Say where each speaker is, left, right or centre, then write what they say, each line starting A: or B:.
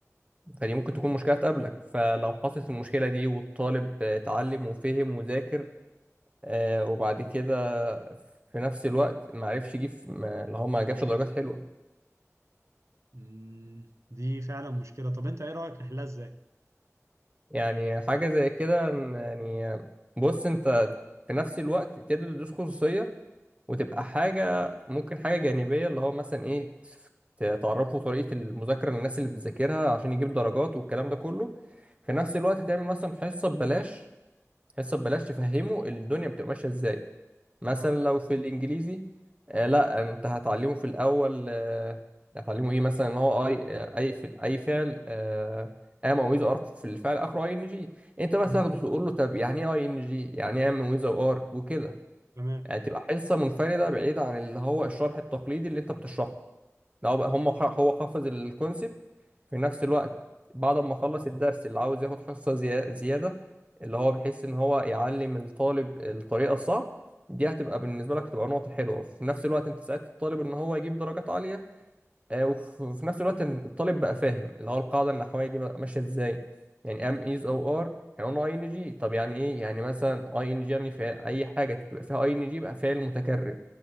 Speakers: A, on the right (about 25°); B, on the right (about 65°).
A: فدي ممكن تكون مشكلة تقابلك فلو حصلت المشكلة دي والطالب اتعلم وفهم وذاكر آه وبعد كده في نفس الوقت معرفش يجيب ما- اللي هو ما جابش درجات حلوة
B: مم، دي فعلا مشكلة طب انت ايه رأيك نحلها ازاي؟
A: يعني حاجة زي كده إن- يعني بص انت في نفس الوقت تقدر تدوس خصوصية وتبقى حاجة ممكن حاجة جانبية اللي هو مثلا ايه ت- تعرفوا طريقة المذاكرة للناس اللي بتذاكرها عشان يجيب درجات والكلام ده كله في نفس الوقت تعمل مثلا حصة ببلاش حصة ببلاش تفهمه الدنيا بتبقى ماشية ازاي مثلا
B: اه
A: لو في الانجليزي آه لا انت هتعلمه في الاول آه هتعلمه ايه مثلا ان هو اي آه، اي ف- اي فعل آه ام ويز ار في الفعل اخره اي ان جي انت بس
B: مم،
A: تاخده تقول له طب يعني ايه اي ان جي يعني ايه ام ويز ار وكده
B: تمام
A: يعني تبقى حصه منفرده بعيده عن اللي هو الشرح التقليدي اللي انت بتشرحه لو بقى هم ح- هو حافظ الكونسبت في نفس الوقت بعد ما خلص الدرس اللي عاوز ياخد حصة زيا- زيادة اللي هو بيحس ان هو يعلم الطالب الطريقة الصح دي هتبقى بالنسبة لك تبقى نقطة حلوة في نفس الوقت انت ساعدت الطالب ان هو يجيب درجات عالية آه، وف- وفي نفس الوقت إن الطالب بقى فاهم اللي هو القاعدة النحوية دي بقى ماشية ازاي يعني ام ايز او ار احنا قلنا اي ان جي طب يعني ايه يعني مثلا اي ان جي يعني في اي حاجة تبقى فيها اي ان جي يبقى فعل متكرر